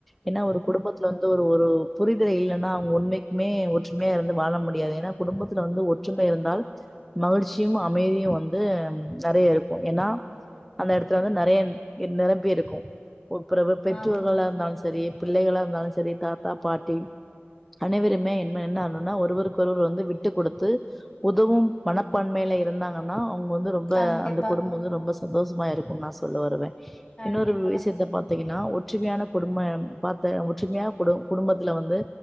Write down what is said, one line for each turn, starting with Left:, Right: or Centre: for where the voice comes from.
Centre: ஏன்னா ஒரு குடும்பத்துல வந்து ஒரு ஒரு புரிதலை இல்லைன்னா அவங்க உண்மைக்குமே ஒற்றுமையா இருந்து வாழ முடியாது ஏன்னா குடும்பத்துல வந்து ஒற்றுமை இருந்தால் மகிழ்ச்சியும் அமைதியும் வந்து நெறைய இருக்கும் ஏன்னா அந்த இடத்துல வந்து நெறைய நிரம்பி இருக்கு பறவு பெற்றோர்களா
Left: ஆமா
Centre: இருந்தாலும் சேரி பிள்ளைகளா இருந்தாலும் சேரி தாத்தா பாட்டி அனைவருமே என் என்னும்னா ஒருவருக்கொருவர் வந்து விட்டு கொடுத்து உதவும் மனப்பான்மையில இருந்தாங்கன்னா ங்க வந்து ரொம்ப
Left: கண்டிப்பா
Centre: அந்த குடும்பம் வந்து ரொம்ப சந்தோஷமா இருக்கும் நா சொல்ல வருவேன்
Left: கண்டிப்பா
Centre: இன்னொரு வி சித்த பார்த்தீங்கன்னா ஒற்றுமையான குடும்ப பார்த்த ஒற்றுமையான குடு குடும்பத்துல வந்து